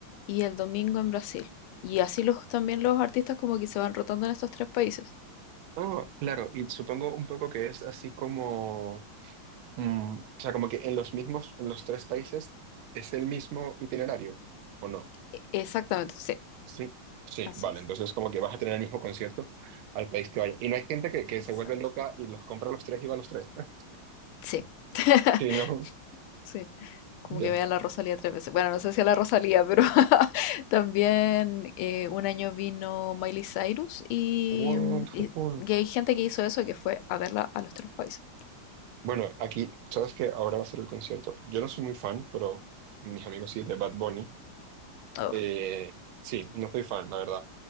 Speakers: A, on the left; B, on the right.
A: y el domingo en Brasil. Y así los, también los artistas como que se van rotando en estos tres países.
B: Ah, claro, y supongo un poco que es así como... Mm, o sea, como que en los mismos, en los tres países es el mismo itinerario, ¿o no?
A: E- Exactamente, sí,
B: Sí. Sí,
A: así
B: vale,
A: es.
B: entonces como que vas a tener el mismo concierto al país que vaya. Y no hay gente que, que
A: Exacto.
B: se vuelve loca y los compra los tres y va a los tres. <laughs>
A: Sí. <laughs>
B: Sí, no,
A: Sí, como
B: ya.
A: que vea a la Rosalía tres veces. Bueno, no sé si a la Rosalía, pero <laughs> también eh, un año vino Miley Cyrus y,
B: What
A: mm, y-
B: the fuck?
A: y hay gente que hizo eso que fue a verla a los tres países.
B: Bueno, aquí, sabes que ahora va a ser el concierto. Yo no soy muy fan, pero mis amigos sí, de Bad Bunny.
A: Oh,
B: Eh, sí, no soy fan, la verdad.